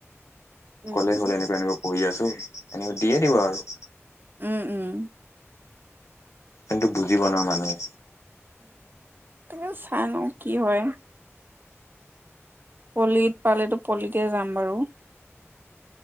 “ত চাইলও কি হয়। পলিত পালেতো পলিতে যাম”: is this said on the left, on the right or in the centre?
Right